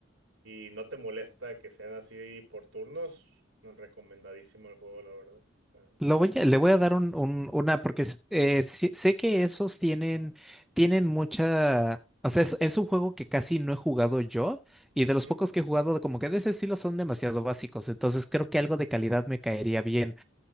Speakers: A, on the right; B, in the centre.
A: y no te molesta que sean así por turnos, recomendadísimo el juego, la verdad. O sea,
B: Lo voy a- le voy a dar un, un- una, porque s- eh, sí- sé que esos tienen, tienen
A: ujú,
B: mucha, o sea, es, es un juego que casi no he jugado yo y de
A: ujú,
B: los pocos que he jugado, como que de ese estilo son demasiado básicos, entonces creo que algo de calidad me caería bien.